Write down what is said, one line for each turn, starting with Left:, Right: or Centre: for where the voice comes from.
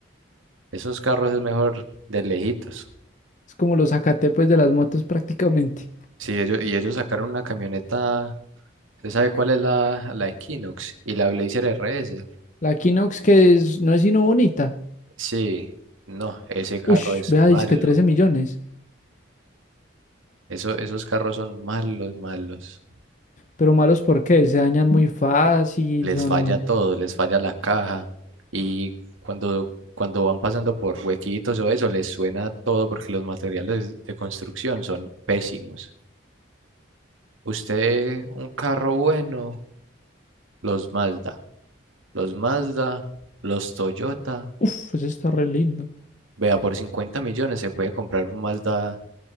Right: Esos carros es mejor de lejitos.
Left: Es como los Zacatepes de las motos prácticamente.
Right: Sí, ellos, y ellos sacaron una camioneta. ¿Usted sabe cuál es la, la Equinox? Y la Blazer RS.
Left: La Equinox que es- no es sino bonita.
Right: Sí, no, ese carro
Left: Ush,
Right: es
Left: vea,
Right: malo.
Left: que trece millones.
Right: Eso, esos carros son malos, malos.
Left: Pero malos porque se dañan muy fácil,
Right: les
Left: son...
Right: falla todo, les falla la caja y cuando, cuando van pasando por huequitos o eso, les suena todo porque los materiales de construcción son pésimos. Usted, un carro bueno, los Mazda, los Mazda, los Toyota,
Left: Uf, ese está re lindo.
Right: vea, por 50 millones se puede comprar un Mazda,